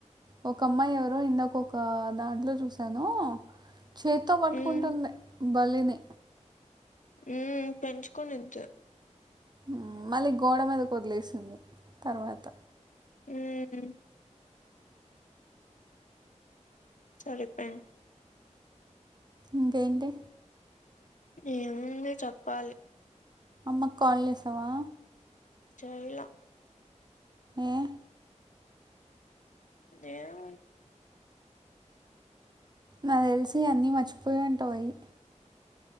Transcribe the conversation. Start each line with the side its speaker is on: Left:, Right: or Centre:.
Right: ఒక అమ్మాయి ఎవరో ఇందాక ఒక దాంట్లో చూసాను. చేత్తో పట్టుకుంటుంది
Left: మ్మ్
Right: బల్లిని.
Left: ఉమ్ పెంచుకునింటే.
Right: ఉమ్ మళ్ళీ గోడ మీదకు వదిలేసింది తర్వాత.
Left: ఉమ్. సరిపోయింది.
Right: ఇంకేంటి.
Left: ఏముంది చెప్పాలి.
Right: అమ్మ కు కాల్ చేశావా.
Left: చేయాలే.
Right: ఏ.
Left: ఏముంది.
Right: నాకు తెలిసి అన్నీ మర్చిపోయి ఉంటాయే.